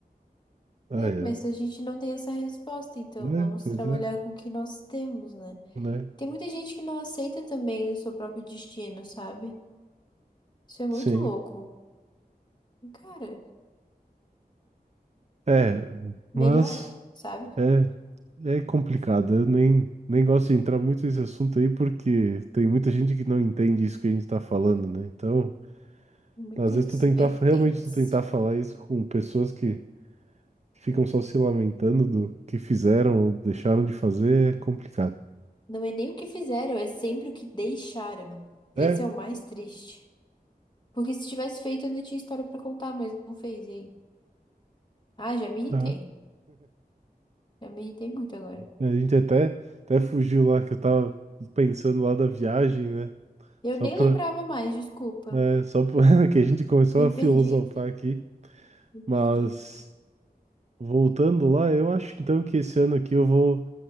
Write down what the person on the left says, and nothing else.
É,
mas a gente não tem essa resposta, então
vamos
trabalhar
com o que nós temos, né?
Tem muita gente que não aceita também o seu próprio destino, sabe? Isso é muito
louco. Cara,
melhore, sabe?
Muitas
vertentes.
Não é nem o que fizeram, é sempre o que deixaram.
Esse é o mais triste. Porque se tivesse feito, eu ainda tinha história pra contar, mas não fez, e aí? Ah, já me irritei.
Já me irritei muito agora.
Eu
nem
lembrava mais, desculpa.
Me
perdi aqui,
me
perdi.